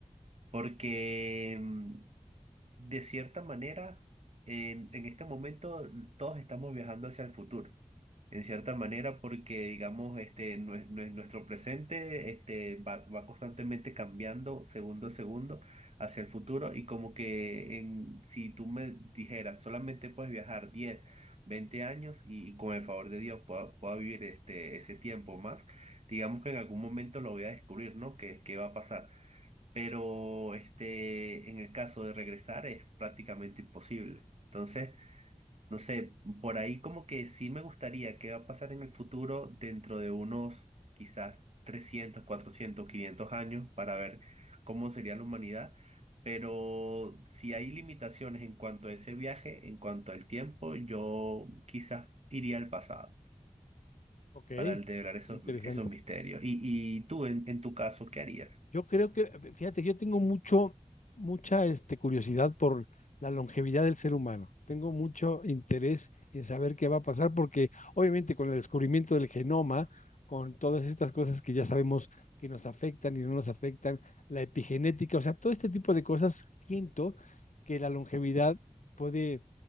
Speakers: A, on the right (about 55°); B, on the left (about 70°).
A: porque mm, de cierta manera, en, en este momento todos estamos viajando hacia el futuro. En cierta manera, porque digamos, este, nue- nue- nuestro presente, este, va, va constantemente cambiando segundo a segundo hacia el futuro y como que en, si tú me dijeras, solamente puedes viajar diez veinte años y, y con el favor de Dios puedo, puedo vivir este, ese tiempo más, digamos que en algún momento lo voy a descubrir, ¿no? ¿Qué, qué va a pasar? pero este, en el caso de regresar es prácticamente imposible. Entonces, no sé, por ahí como que sí me gustaría qué va a pasar en el futuro dentro de unos quizás 300 400 500 años para ver cómo sería la humanidad. Pero si hay limitaciones en cuanto a ese viaje, en cuanto al tiempo, yo quizás iría al pasado
B: Ok,
A: para develar esos,
B: interesante.
A: esos misterios. Y, y tú, en, en tu caso, ¿qué harías?
B: Yo creo que, eh, fíjate, yo tengo mucho, mucha este, curiosidad por la longevidad del ser humano. Tengo mucho interés en saber qué va a pasar, porque obviamente con el descubrimiento del genoma, con todas estas cosas que ya sabemos que nos afectan y no nos afectan, la epigenética, o sea, todo este tipo de cosas, siento que la longevidad puede